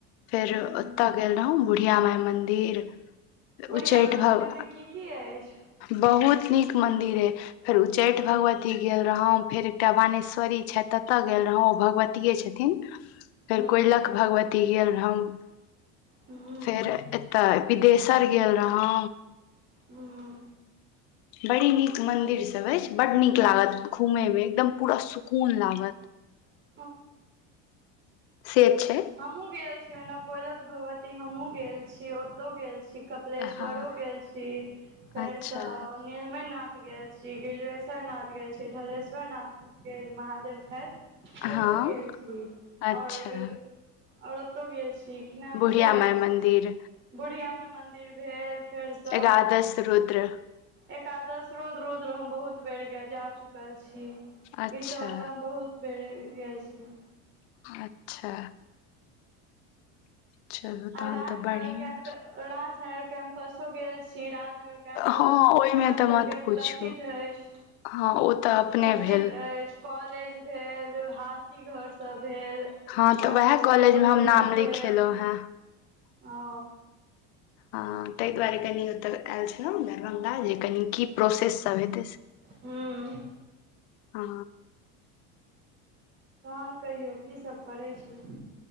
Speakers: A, on the left (about 80°); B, on the right (about 35°).
A: फेर
B: हूँ
A: ओतय गेल रहौ बुढ़िया मााय मन्दिर
B: बुढ़िया
A: उच्चैठ
B: माइ मन्दिरमे
A: भव
B: की की अछि
A: बहुत नीक मंदिर एय फेर उच्चैठ भगवती गेल रहौं फेर एकटा बानेश्वरी छै ततए हां भगवतिए छथिन फेर
B: हूँ
A: कोयलक भगवती गेल रहौ
B: हूँ
A: फेर एतऽ विदेशर गेल रहौ
B: हूँ
A: बड़ी नीक मन्दिर सभ अछि बड नीक लागत घूमैए में एकदम पूरा सुकून लागत
B: ह <inaudible>
A: से छै
B: हमहूँ गेल छी ओनऽ कोयलक भगवती हमहूँ गेल छी ओतौ गेल छी कपिलेश्वरो
A: हँ
B: गेल छी फेरसँ
A: अच्छा
B: नीरमैय नाथ गेल छी ग्रिजेश्वर नाथ गेल छी ढलेश्वर नथके जे महादेव छैथ ओतौ
A: हँ
B: गेल छी
A: अच्छा
B: आओर और ओतौ गेल छी की नाम
A: बुढ़िया
B: छैय
A: माय मन्दिर
B: बुढ़िया माय मंदिर भेल फेरसँ
A: एकादश रुद्र
B: एकादश रौद रौद हम बहुत बेर जा चुकल छी
A: अच्छा
B: ईसौत तऽ हम बहुत बड़े गेल छी
A: अच्छा चलू
B: आ
A: तहन
B: राजनगर
A: तऽ बढ़िया
B: कैम्प राजनगर कैम्पसो गेल श्री राजनगर कैम्पस
A: हँ ओहिमे
B: हमरा
A: तऽ
B: सबके
A: मत पूछू
B: प्रसिद्ध अछि
A: हँ ओ तऽ अपने
B: प्रसिद्ध
A: भेल
B: अछि कॉलेज भेल हाथी घर सब भेल
A: हँ
B: काली
A: तऽ वएह
B: जी
A: कॉलेज
B: के मंदिर
A: मे हम नाम
B: सब
A: लिखेलहुं
B: भेल
A: हें
B: ओ
A: अ ताहि दुआरे कनि ओतय आयल छलौ दरभंगा जे कनि की प्रोसेस सब हेतै
B: हूँ
A: ह
B: तहन कहियौ कीसभ करै छी